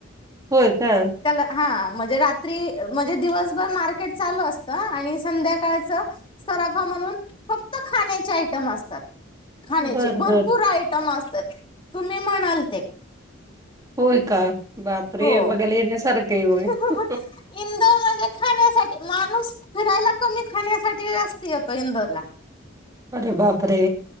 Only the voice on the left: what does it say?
त्याला हा, म्हजे रात्री, म्हजे दिवसभर मार्केट चालू असतं. आणि संध्याकाळचं सराफा म्हणून. फक्त खाण्याचे आयटम असतात. खाण्याचे,
भरपूर
आयटम असतात. तुम्ही म्हणाल ते.
हो
इंदोर म्हणजे खाण्यासाठी माणूस फिरायला कमी, खाण्यासाठी जास्ती येतो इंदोरला.